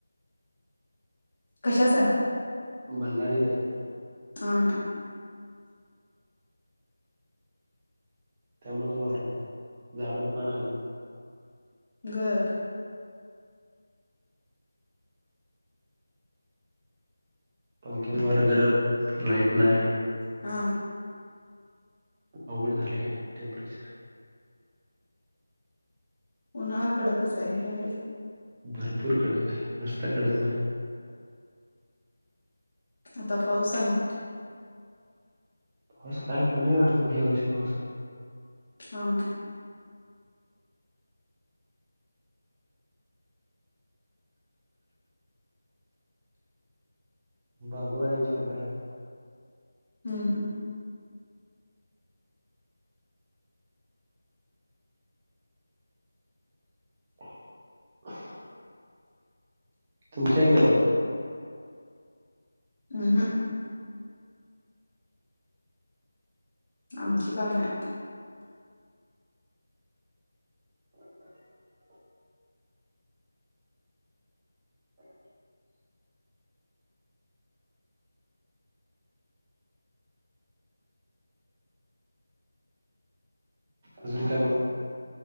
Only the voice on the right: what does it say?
बल्लारीत हाय.
त्यामुळेच वार न्हाय, झाडाचं पान हाल ना.
पंख्यानं वार गरम, लाईट नाय.
अवघड झालये टेम्प्रेचर.
भरपूर कडक आहे, नुसता कडक नाही.
पाऊस लई कमी हाय वाटतं यावर्षी पाऊस.
बाजूवाल्यांच्या <unintelligible>
<unintelligible> तुमच्या हेन बघ.
<inaudible> <inaudible> अजून काय मग?